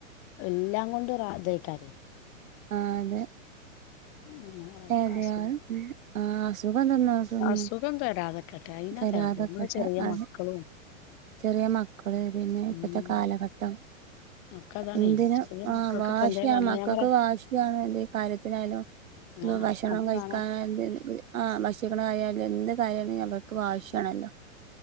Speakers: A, on the left; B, on the right.
A: എല്ലാം കൊണ്ടും <unintelligible>
B: ആഹ് അതെ.
A: അങ്ങനെ ഒക്കെ
B: അതെ
A: അസുഖം
B: അതെ ആഹ് അസുഖം തന്നായിട്ടൊന്നും
A: അസുഖം തരാതെക്കട്ടെ അയിനാ
B: തരാതക്കട്ടെ
A: തേടല് നമ്മളെ ചെറിയ
B: അത്
A: മക്കളും
B: ചെറിയ മക്കള്. പിന്നെ ഇപ്പത്തെ
A: ഉം
B: കാലഘട്ടം.
A: ഒക്കെ അതാണേ
B: എന്തിനും
A: ചെറിയ
B: ആഹ്
A: മക്കൾക്കൊക്കെ
B: വാശിയാണ്
A: എന്തേലും വന്നാ
B: മകക്ക്
A: ഞാൻ പറയാ
B: വാശിയാണ് ന്ത് കാര്യത്തിനായാലും. ഇന്ന്
A: ആഹ്
B: ഭഷണം
A: അത്
B: കഴിക്കാൻ
A: വേണം
B: വര്ണ്ട് ന്ന് ആ ബഷ <unintelligible> എന്ത് കാര്യയാണെലും അവർക്ക് വാശിയാണല്ലോ.